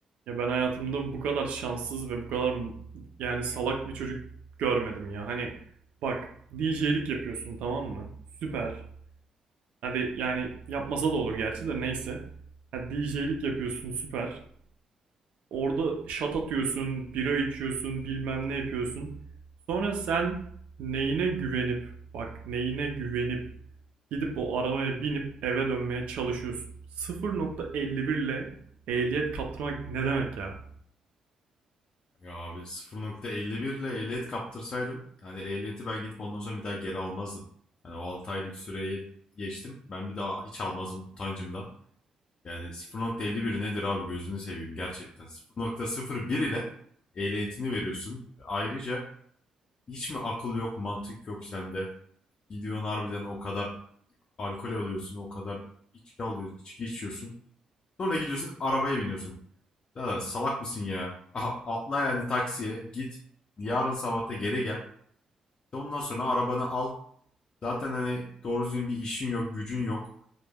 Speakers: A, on the right; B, on the left.
A: Ya ben hayatımda bu kadar şanssız ve bu kadar m- yani salak bir çocuk görmedim ya. Hani bak DJ'lik yapıyorsun tamam mı? Süper. Hadi yani yapmasa da olur gerçi de neyse. Ha, DJ'lik yapıyorsun süper. Orada şat atıyorsun, bira içiyorsun, bilmem ne yapıyorsun. Sonra sen neyine güvenip, bak neyine güvenip gidip o arabaya binip eve dönmeye çalışıyorsun. 0.51 ile ehliyet kaptırmak ne demek ya?
B: Ya abi 0.51 ile ehliyet kaptırsaydım hani ehliyeti ben gidip ondan sonra bir daha geri almazdım. Hani o 6 aylık süreyi geçtim. Ben bir daha hiç almazdım utancımdan. Yani 0.51 nedir abi gözünü seveyim gerçekten. 0.01 ile ehliyetini veriyorsun. Ve Ayrıca hiç mi akıl yok mantık yok sende? Gidiyorsun harbiden o kadar alkol alıyorsun o kadar içki alıyorsun içki içiyorsun. Sonra gidiyorsun arabaya biniyorsun. Birader salak mısın ya? Aha, atla yani taksiye git. Yarın sabah geri gel. İşte Ondan sonra arabanı al. Zaten hani doğru düzgün bir işin yok, gücün yok.